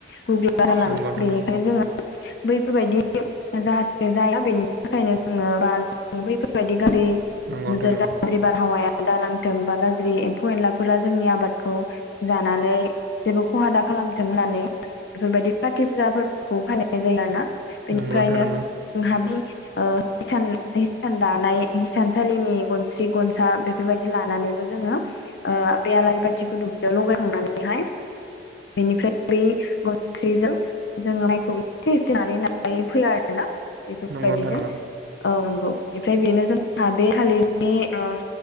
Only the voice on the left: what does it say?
गुग <unintelligible> बारा जालाङो
बेनिखायनो
जोङो बैफोरबायदि जाहाथे जाया बेनि थाखायनो जोङो बा जों बैफोरबायदि गारि
नोजोर
गाज्रि <unintelligible> बारहावाया दा नांथों बा गाज्रि एम्फौ एनलाफोरा जोंनि आबादखौ जानानै जेबो खहा दा खालामथों होननानै बेफोरबायदि खा <unintelligible> खाथि फुजा फोरबोखौ फालिनाय जायो आरोना बेनिफ्रायनो
जोंहा बि ओ <unintelligible> हिसान हिसान दानाय हिसानसालिनि गनस्रि गनसा बेफोरबायदि लानानैबो जोङो बे आलारि बाथिखौ दुब्लियाव लगायखांनानैहाय बेनिफ्राय बे गनस्रिजों जों माइखौ एसे एसे नारै नारै फोआ आरोना बेफोरबायदिजों
औ नंगौ बेनिफ्राय बेनो जोंहा बे थालिरनि ओ